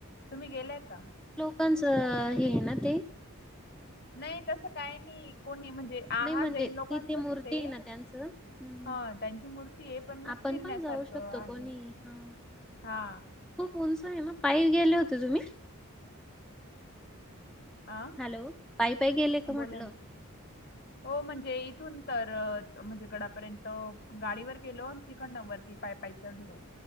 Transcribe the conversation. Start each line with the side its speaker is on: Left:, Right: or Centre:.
Left: तुम्ही गेलाय का
Centre: कच हे ना ते
Left: नाही तसं काही नाही कोणी म्हणजे आ
Centre: नाही
Left: हा
Centre: म्हणजे
Left: जैन लोकांचच
Centre: ती ती मूर्ती
Left: ते
Centre: आहे ना त्यांचं हम्म, हम्म.
Left: ह त्यांची मूर्ती आहे पण मग
Centre: आपण
Left: फिरण्यासारखं
Centre: पण जाऊ शकतो
Left: आहे
Centre: कोणी हा
Left: हा
Centre: खुप उंच आहे ना पायी गेले होते तुम्ही
Left: अ
Centre: हॅलो पायीपायी गेले का म्हटलं
Left: बोला ना हो म्हणजे इथून तर म्हणजे गडापर्यंत गाडीवर गेलो तिकड नवररती पाईप पाई चढलो